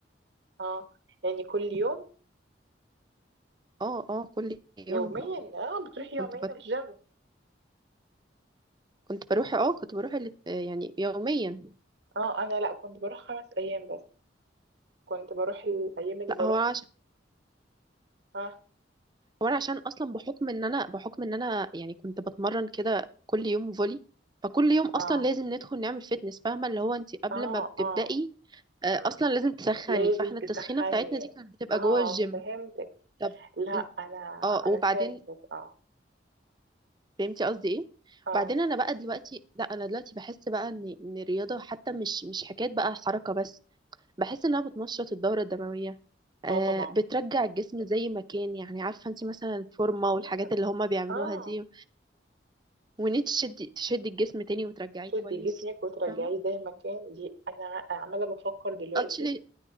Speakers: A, on the right (about 65°); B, on the right (about 25°).
A: اه يعني كل يوم
B: اه اه كل يوم
A: يوميا اه بتروحي يومين
B: كنت بت...
A: الجيم
B: كنت بروح اه كنت بروح ال- آه، يعني يوميا
A: اه انا لا كنت بروح خمس ايام بس كنت بروح الايام اللي
B: لا
A: بروح
B: هو عشان
A: اه
B: هو انا عشان اصلا بحكم ان انا بحكم ان انا يعني كنت بتمرن كده كل يوم فولي فكل يوم اصلا
A: اه
B: لازم ندخل نعمل فيتنس فاهمه اللي هو انت قبل
A: اه
B: ما بتبدأي
A: اه
B: آه،
A: مم.
B: اصلا لازم تسخني
A: لازم
B: فاحنا
A: تسخني
B: التسخينه بتاعتنا دي كانت بتبقى
A: اه
B: جوه الجيم
A: فهمتك
B: طب
A: لا
B: انت-
A: انا
B: اه وبعدين
A: انا فهمتك اه
B: فهمتي قصدي ايه
A: اه
B: وبعدين انا بقى دلوقتي لا انا دلوقتي بحس بقى ان ان الرياضه حتى مش مش حكايه بقى حركه بس بحس انها بتنشط الدوره الدمويه آه
A: اه طبعا
B: بترجع الجسم زي ما كان يعني عارفه انت مثلا الفورمه والحاجات
A: مم.
B: اللي هما بيعملوها
A: اه
B: دي وان انت تشدي تشدي الجسم تاني وترجعيه
A: تدي
B: كويس
A: جسمك وترجعيه
B: فاهمه
A: زي ما كان دي انا عماله بفكر دلوقتي
B: اه تشيلي